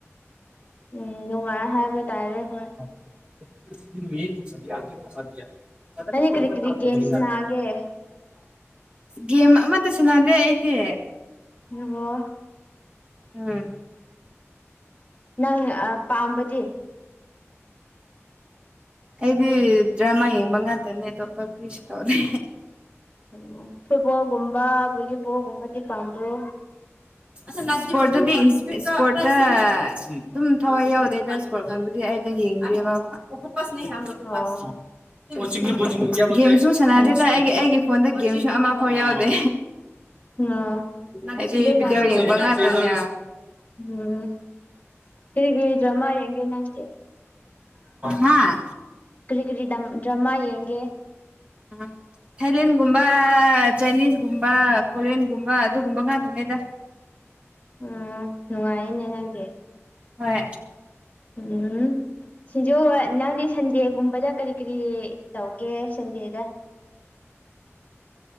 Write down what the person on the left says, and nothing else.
ꯎꯝ ꯅꯨꯡꯉꯥꯏ ꯍꯥꯏꯕ ꯇꯥꯔꯦ ꯍꯣꯏ
ꯅꯪꯗꯤ ꯀꯔꯤ ꯀꯔꯤ ꯒꯦꯝ ꯁꯅꯥꯒꯦ
<unintelligible>
ꯅꯪ ꯄꯥꯝꯕꯗꯤ
ꯎꯝ ꯐꯣꯏꯕꯣꯒꯨꯝꯕ ꯄꯨꯕꯣꯒꯨꯝꯕꯗꯤ ꯄꯥꯟꯗ꯭ꯔꯣ
ꯑꯣ
ꯑꯣ
ꯑꯣ
ꯑꯣ
ꯑꯗꯨꯅ
ꯐꯔꯦ
ꯎꯝ ꯀꯔꯤ ꯀꯔꯤ ꯗ꯭ꯔꯃꯥ ꯌꯦꯡꯒꯦ ꯅꯪꯗꯤ
ꯀꯔꯤ ꯀꯔꯤ ꯗ꯭ꯔꯃꯥ ꯌꯦꯡꯒꯦ
ꯎꯝ ꯅꯨꯡꯉꯥꯏꯅꯦ ꯅꯪꯗꯤ꯫
ꯎꯝ ꯁꯤꯖꯨ ꯅꯪꯗꯤ ꯁꯟꯗꯦꯒꯨꯝꯕꯗ꯫ ꯀꯔꯤ ꯀꯔꯤ ꯇꯧꯒꯦ ꯁꯟꯗꯦꯗ